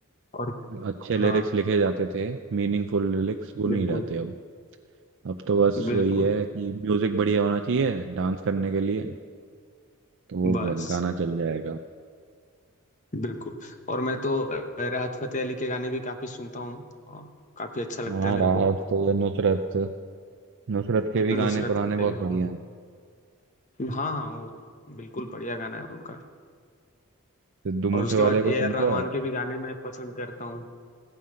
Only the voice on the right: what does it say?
अच्छे लिरिक्स
लिखे जाते थे मीनिंगफुल लिरिक्स वो
नहीं रहते अब अब तो बस
वही है कि म्यूजिक बढ़िया होना चाहिए डांस करने के लिए तो वो
ग- गाना चल जाएगा
हाँ
राहत
तो नुसरत नुसरत के भी
गाने पुराने
बहुत
हाँ बढ़िया
हैं
सिद्धू
मूसे
वाले
को
सुनते
हो आप